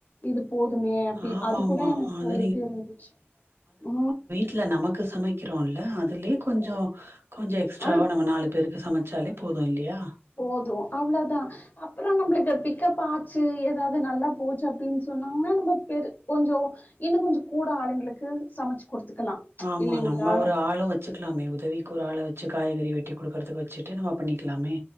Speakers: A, on the left; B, on the right.
A: இது போதுமே அப்டின்
B: ஆமாமா
A: அது கூட எனக்கு
B: அது
A: ஒரு இது இருந்துச்சு அ
B: ட்ல நமக்கு சமைக்கிறோல்ல அதுலே கொஞ்சோ கொஞ்சோ எக்ஸ்ட்ராவா
A: ஆ
B: நம்ம நாலு பேருக்கு சமச்சாலே போதூ இல்லியா
A: போதூ அவ்ளோதா அப்புறோ நம்மளுக்கு பிக் கப் ஆச்சு ஏதாது நல்லா போச்சு அப்டின் சொன்னாங்கன்னா நம்ம பெரு கொஞ்சொ இன்னு கொஞ்ச கூட ஆளுங்களுக்கு சமச்சு குடுத்துக்கலா
B: ஆமா
A: இல்லைங்ளா
B: நம்ம ஒரு ஆளூ வ ச்சுக்கலாமே உதவிக்கு ஒரு ஆள வச்சு காய்கறி வெட்டி குடுக்கறதுக்கு வச்சுட்டு நம்ம பண்ணிக்கிலாமே